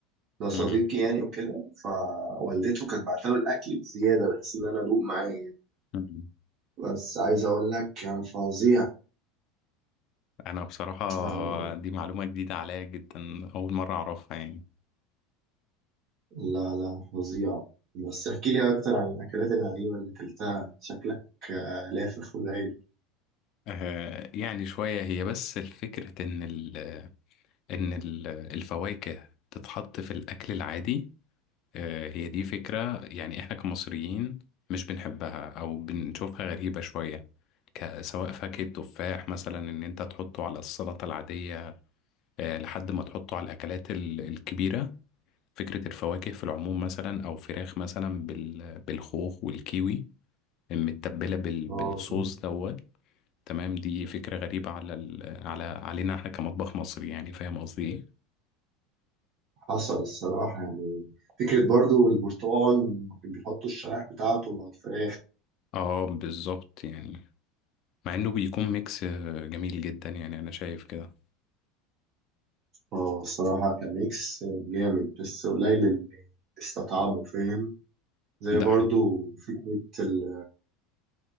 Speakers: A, on the right; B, on the left.
A: ده صديقي
B: مم.
A: يعني وكده فوالدته كانت بعتله الأكل بزيادة بحيث إن أنا أدوق معايا
B: مم.
A: بس عايز أقول لك كان فظيع
B: انا بصراحة
A: آه
B: دي معلومة جديدة عليا جدا اول مرة اعرفها يعني
A: لا لا فظيع بس احكي لي أكتر عن الأكلات الغريبة اللي أكلتها شكلك آه، لافف ولايق
B: آه يعني شوية هي بس الفكرة ان ال ان ال الفواكه تتحط في الاكل العادي آه، هي دي فكرة يعني احنا كمصريين مش بنحبها او بنشوفها غريبة شوية ك- سواء فاكهة تفاح مثلا ان انت تحطه على السلطة العادية آه، لحد ما تحطه على الاكلات ال- الكبيرة فكرة الفواكه في العموم مثلا او فراخ مثلا بال- بالخوخ والكيوي متبلة بال-
A: اه
B: بالصوص دوت تمام دي فكرة غريبة على ال- على علينا احنا كمطبخ مصري يعني فاهم قصدي ايه؟
A: حصل الصراحة يعني فكرة برضو البرتقال كان بيحطوا الشرايح بتاعته مع الفراخ
B: اه بالظبط يعني مع انه بيكون ميكس آه، جميل جدا يعني انا شايف كده
A: اه الصراحة كان ميكس جامد بس قليل اللي استطعمه فاهم زي
B: ده
A: برضو
B: حاجة
A: فكرة ال...